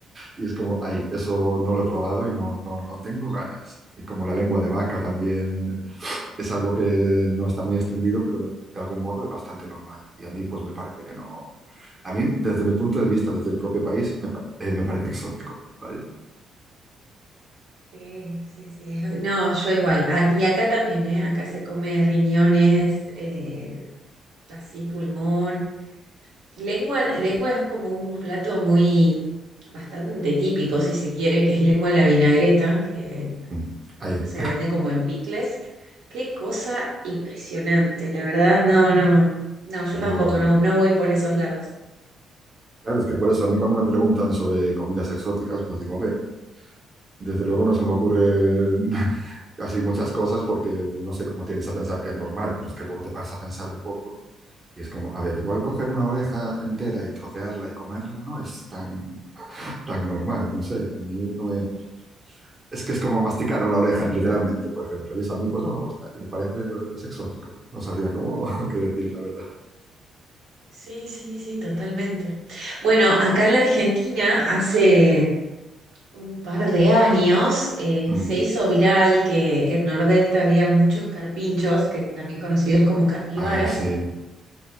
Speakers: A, on the right; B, on the right.
A: y es como, ay, eso no lo he probado y no, no, no tengo ganas. Y como la lengua de vaca también es algo que no está muy extendido, pero de algún modo es bastante normal. Y a mí, pues me parece que no. A mí, desde mi punto de vista, desde el propio país, me, pa- eh, me parece exótico. Vaya.
B: Sí, sí, sí. es- No, yo igual. Ah, y acá también, ¿eh? Acá se come riñones, eh, así pulmón. Lengua, lengua es como un plato muy, bastante típico, si se quiere, que es lengua de la vinagreta, que
A: Mm, Ahí.
B: se vende como en picles. Qué cosa impresionante, la verdad, no, no, no, yo
A: Pero
B: tampoco, no, no voy por esos lados.
A: claro, es que por eso a mí cuando me preguntan sobre comidas exóticas, pues digo, a ver, desde luego no se me ocurre <laughs> así muchas cosas porque no sé cómo tiendes a pensar que es normal, pero es que luego te paras a pensar un poco y es como, a ver, igual coger una oreja entera y trocearla y comerla no es tan, tan normal, no sé, a mí no me, es que es como masticar una oreja, literalmente, por ejemplo. Y eso a mí pues no me gusta. Y me parece pues, exótico. No sabría cómo <laughs> qué decir, la verdad.
B: Sí, sí, sí, totalmente. Bueno, acá en la Argentina hace un par de años eh,
A: Mm.
B: se hizo viral que en Nordelta había muchos carpinchos, que también conocidos como capibaras,
A: Ah, sí.